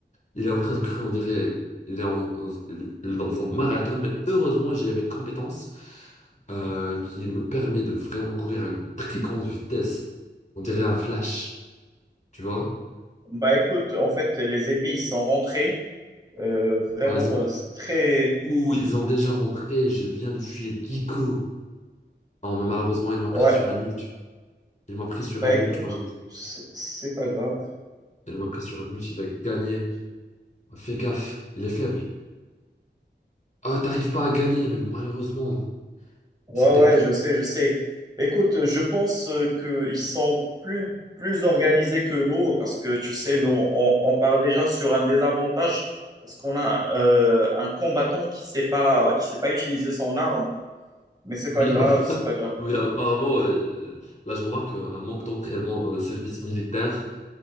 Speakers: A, on the left (about 40°); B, on the right (about 20°).
A: Il est en train de courir, on dirait... Il est, en- il est dans un marathon, mais heureusement j'ai mes compétences euh, qui me permet de vraiment courir à une très grande vitesse. On dirait un flash, tu vois?
B: Bah, écoute, en fait, les ennemis, ils sont rentrés. Euh, vraiment,
A: Ah, ils ont...
B: euh, c'est très,
A: Ouh, ils ont déjà rentré, j'ai bien de tuer Giko. Ah, mais malheureusement, il m'a
B: Ouais,
A: pris sur un ult. Il m'a pris sur
B: bah
A: un
B: écoute,
A: ult, malheureusement.
B: c'est c'est pas grave.
A: Il m'a pris sur un ult, il a gagné. Fais gaffe, il est faible. Ah, t'arrives pas à gagner, mais malheureusement,
B: Ouais,
A: c'était
B: ouais, je sais, je sais. Écoute, je pense euh, qu'ils sont plus, plus organisés que nous parce que, tu sais, nous, on, on part déjà sur un désavantage parce qu'on a euh, un combattant qui sait pas, qui sait pas utiliser son arme, mais c'est pas
A: Oui,
B: grave,
A: <laughs> enfin,
B: c'est pas grave.
A: oui, apparemment, ouais, euh, là je remarque euh, un manque d'entraînement dans le service militaire